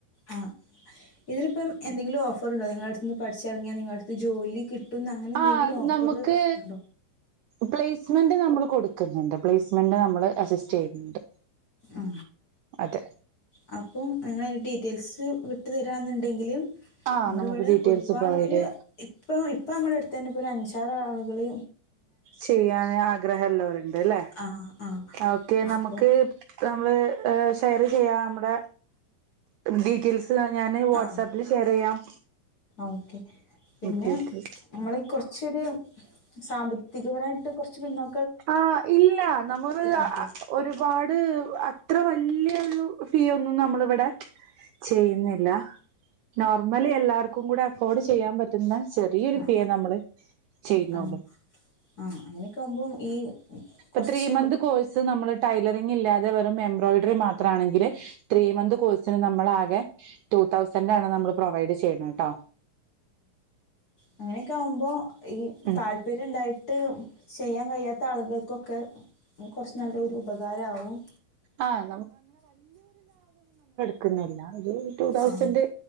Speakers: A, on the left; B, on the right.
A: ആ ഇതിലിപ്പം എന്തെങ്കിലും ഓഫർ ണ്ടോ നിങ്ങളെടുതുനിന്ന് പഠിച്ചിറങ്ങ്യ നിങ്ങളടുത്ത് ജോലി കിട്ടുംന്ന് അങ്ങനെ എന്തെങ്കിലും
B: ആ
A: ഓഫർ
B: നമുക്ക്
A: വെക്കുന്നുണ്ടോ
B: പ്ലേസ്മെന്റ നമ്മള് കൊടുക്കുന്നുണ്ട് പ്ലേസ്മെന്റ നമ്മൾ അസിസ്റ്റ് ചെയ്യുന്നുണ്ട്
A: ആ
B: അതെ
A: ആ അപ്പം ങ്ങളയിന്റെ ഡീറ്റെയിൽസ് വിട്ടു തരാന്നുണ്ടെങ്കില്
B: ആ
A: നമ്മുടെ
B: നമുക്ക്
A: ഇവിടെ
B: ഡീറ്റെയിൽസ്
A: ഒരുപാട്
B: പ്രൊവൈഡ്
A: ഒരു ഇപ്പൊ ഇപ്പ നമ്മുടെ അടുത്തന്നെ ഇപ്പോ ഒരു അഞ്ചുആറാള് ങ്ങള്
B: ചെയ്യാൻ ആഗ്രഹം ഒള്ളോരുണ്ട് അല്ലേ
A: ആഹ് ആഹ്
B: ഓക്കെ
A: അപ്പൊ
B: നമുക്ക് നമ്മള് ഷെയർ ചെയ്യാ നമ്മുടെ ഡീറ്റെയിൽസ് ഞാൻ വാട്സപ്പിൽ
A: ആഹ്
B: ഷെയർ ചെയ്യാം
A: ഓക്കെ പിന്നെ
B: ഓക്കെ ഓക്കെ
A: നമ്മളീ കുറച്ചൊരു സാമ്പത്തികപരമായിട്ട് കുറച്ച് പിന്നോ
B: ആ ഇല്ല നമ്മള്
A: പറ്റുവോ
B: ഒരുപാട് അത്ര വലിയൊരു ഫീ ഒന്നും നമ്മളിവിടെ ചെയ്യുന്നില്ല നോർമലി എല്ലാവർക്കൂടെ അഫോർഡ് ചെയ്യാൻ പറ്റുന്ന ചെറിയൊരു
A: ആഹ്
B: ഫിയ് നമ്മള് ചെയ്യുന്നുള്ളു
A: ആണോ ആഹ് അങ്ങനെയൊക്കെ ആകുമ്പോം ഈ
B: ഇപ്പ
A: കുറച്ച്
B: ത്രീ മന്ത് കോഴ്സ് നമ്മള് ടൈല റിങ്ങില്ലാതെ വെറും എംബ്രോയിഡറി മാത്രം- ആണെങ്കിൽ ത്രീ മന്ത് നമ്മൾ ആകെ ടു തൗസൻഡ് ആണ് നമ്മൾ പ്രൊവൈഡ് ചെയ്യുന്നത് കേട്ടോ
A: അങ്ങനെയൊക്കെ ആകുമ്പോ ഈ
B: ഉം
A: താല്പര്യം ഉണ്ടായിട്ട്- ചെയ്യാൻ കഴിയാത്ത ആളുകൾക്കൊക്കെ കൊറച്ച് നല്ല ഒരു ഉപകാരം ആവും
B: ആഹ് നിക്കുന്നില്ല ഒരു ടു തൗസൻഡ്
A: ആഹ്